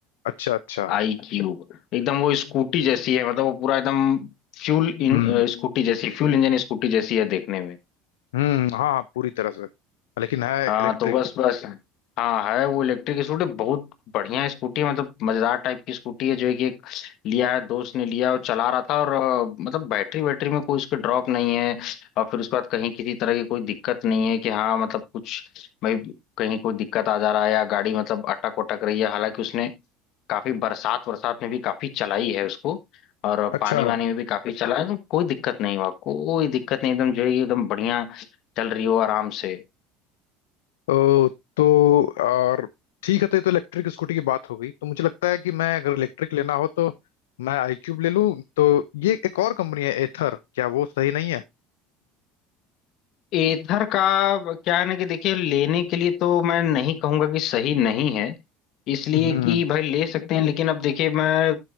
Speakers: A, on the left; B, on the left.
A: अच्छा अच्छा
B: आई क्यूब एकदम वो स्कूटी जैसी है मतलब वो पूरा एकदम फ्यूल इन
A: हम्म
B: स्कूटी जैसी फ्यूल इंजन स्कूटी जैसी है देखने में
A: हम्म हाँ पूरी तरह से लेकिन है
B: हाँ
A: इलेक्ट्रिक
B: तो बस उसके बस हाँ है वो इलेक्ट्रिक स्कूटी बहुत बढ़िया स्कूटी है मतलब मजेदार टाइप की स्कूटी है जो है कि एक लिया है दोस्त ने लिया और चला रहा था और अ, मतलब बैटरी बैटरी में कोई उसके ड्रॉप नहीं है और फिर उसके बाद कहीं किसी तरह की कोई दिक्कत नहीं है कि हाँ मतलब कुछ भाई कहीं कोई दिक्कत आ जा रहा है या गाड़ी मतलब अटक वटक रही है हालांकि उसने काफी बरसात बरसात में भी काफी चलाई है उसको और
A: अच्छा
B: पानी वानी में भी काफी चला है तो कोई दिक्कत नहीं हुआ कोई दिक्कत नहीं एकदम जो है कि एकदम बढ़िया चल रही हो आराम से
A: ओ, तो और ठीक है तो ये तो इलेक्ट्रिक स्कूटी की बात हो गई तो मुझे लगता है कि मैं अगर इलेक्ट्रिक लेना हो तो मैं आई क्यूब ले लूं तो ये एक और कंपनी है एथर क्या वो सही नहीं है
B: एथर का क्या है ना कि देखिए लेने के लिए तो मैं नहीं कहूंगा कि सही नहीं है इसलिए
A: हम्म
B: कि भाई ले सकते हैं लेकिन अब देखिए मैं